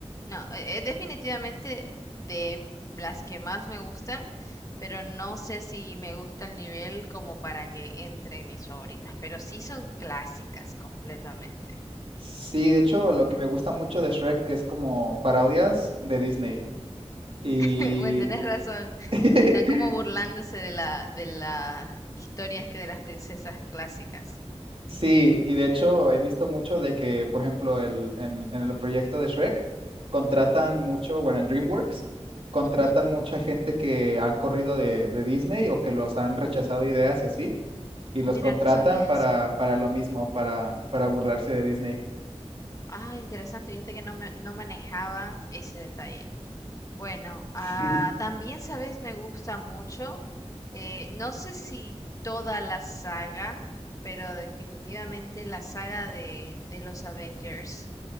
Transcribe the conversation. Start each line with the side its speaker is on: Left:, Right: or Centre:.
Left: No, es definitivamente de las que más me gustan, pero no sé si me gusta el nivel como para que entre en mis favoritas, pero sí son clásicas completamente.
Right: Sí, de hecho, lo que me gusta mucho de Shrek es como parodias de Disney. Y
Left: <laughs> Bueno, tenés razón.
Right: <laughs>
Left: Están como burlándose de la, de las historias que de las princesas clásicas.
Right: sí, y de hecho he visto mucho de que, por ejemplo, el, en, en el proyecto de Shrek contratan mucho, bueno, en DreamWorks contratan
Left: Ujú.
Right: mucha gente que han corrido de, de Disney o que los han rechazado ideas y así y
Left: Ah,
Right: los
Left: mira,
Right: contratan
Left: no sabía
Right: para,
Left: eso.
Right: para lo mismo, para, para burlarse de Disney. <laughs>
Left: Ah, interesante, fíjate que no me, no manejaba ese detalle. Bueno, ah,
Right: Sí.
Left: también, sabes, me gusta mucho. eh, no sé si toda la saga, pero definitivamente la saga de, de los Avengers.